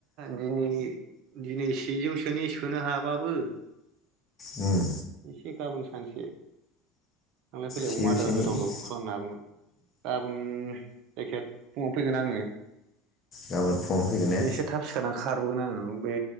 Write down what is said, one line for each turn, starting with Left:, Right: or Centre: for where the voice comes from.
Right: दिनै दिनै सेजौसोनि सोनो हाबाबो
Left: उम
Right: एसे गाबोन सानसै थांलाय फैलाय
Left: सेजौसेनि
Right: अमा आदार होथावथाव खालामनो हागौमोन गाबोन। जायखिजाया फुङावनो फैगोन आङो।
Left: गाबोन फुङाव फैगोन
Right: ओमफ्राय
Left: ने?
Right: एसे थाब सिखारनानै खारबोगोन आङो बे